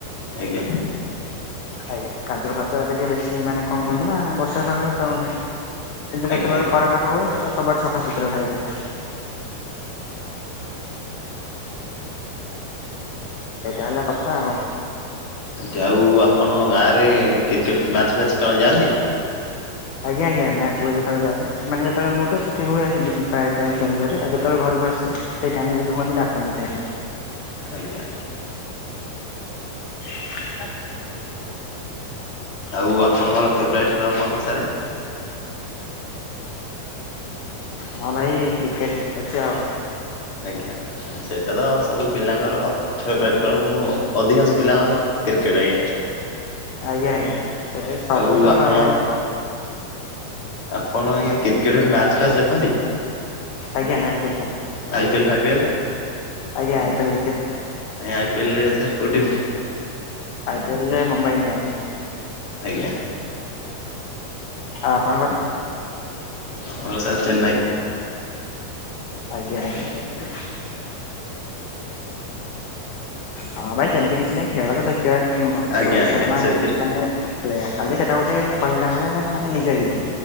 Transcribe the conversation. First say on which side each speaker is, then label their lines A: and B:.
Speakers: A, on the left; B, on the left.
A: ଆଜ୍ଞା
B: ହୁଁ। ଆଜ୍ଞା କାଦୁଅ ଫାଦୁଆ ଏବେ ଟିକେ ବେଶି ମାନେ କଣ କୁହନ୍ତି ନା ବର୍ଷା ପାଗ ତ କିନ୍ତୁ
A: ଆଜ୍ଞା
B: ଯେତେବେଳେ
A: ଆଜ୍ଞା।
B: ଖରା ପାଗ ହୁଏ ତ ସବୁ ଆଡୁ ସଫ ସଫା ସୁତର ଥାଏ ଟିକେ। ଏଇଟା ହେଲା କଥା ଆଉ।
A: ଆଜ୍ଞା ଆଉ ଆପଣଙ୍କ ଗାଁରେ କ୍ରିକେଟ ମ୍ୟାଚ ଫ୍ୟାଚ ଖେଳ ଯାଆନ୍ତି?
B: ଆଜ୍ଞା ଆଜ୍ଞା ମ୍ୟାଚୁ ହୁଏ ଯେତେବେଳେ ଯାଏ ମାନେ ଯେତେବେଳେ ମୁଁ ତ ସେଠି ରୁହେ ସେଠି ପ୍ରାୟ ଟାଇମ୍ କେଉଁଝର ରେ ଯେତେବେଳେ ଘରକୁ ଆସେ ସେ ଟାଇମ୍ ରେ ହୁଅନ୍ତି ଡାକନ୍ତି ଭାଇମାନେ।
A: ଆଜ୍ଞା।
B: ତ <unintelligible>
A: ଆଉ ଆପଣଙ୍କର ଫେବରାଇଟ ଖେଳ କଣ ସାରେ?
B: ହଁ ଭାଇ କ୍ରିକେଟ ଖେଳୁଛି ଆଉ।
A: ଆଜ୍ଞା ସେଇଟା ତ ସବୁ ପିଲାଙ୍କର ଛ ବ୍ୟାଟ ଖେଳ କ ଅଧିକାଂଶ ପିଲାଙ୍କର କ୍ରିକେଟ ଆଜ୍ଞା।
B: ଆଜ୍ଞା ଆଜ୍ଞା ସେ ସବୁ
A: ଆଉ
B: ତ
A: ଆପଣ
B: ଭାଇ
A: ଆପଣ ଆଜ୍ଞା କ୍ରିକେଟ ମ୍ୟାଚ ଫ୍ୟାଚ ଦେଖନ୍ତି?
B: ଆଜ୍ଞା ମ୍ୟାଚ ଦେଖେ
A: ଆଇ ପିଏଲ ଫାଇ ପିଏଲ
B: ଆଜ୍ଞା ଆ ଇ ପି ଏ ଲ ଦେଖେ।
A: ଆ ଇ ପି ଏ ଲ ରେ ସାର୍ କୋଉ ଟିମ?
B: ଆ ଇ ପି ଏ ଲ ରେ ମୁମ୍ବାଇ ଇଡିଆନସ।
A: ଆଜ୍ଞା।
B: ଆଉ ଆପଣଙ୍କ ର?
A: ଆମର ସାର ଚେନାଇ।
B: ଆଜ୍ଞା ଆଜ୍ଞା। ହଁ ଭାଇ ସେମିତି କିଛି ନାହିଁ ଖେଳ ତ ଦେଖିବା
A: ଆଜ୍ଞା
B: ରୋହିତ
A: ଆଜ୍ଞା
B: ଶର୍ମା
A: ସେଥିରେ
B: ମାନେ କାଲି ସେଟା ଗୋଟେ କହିଲା ଭଳିଆ ମାନେ ନିଜ ଇଏରେ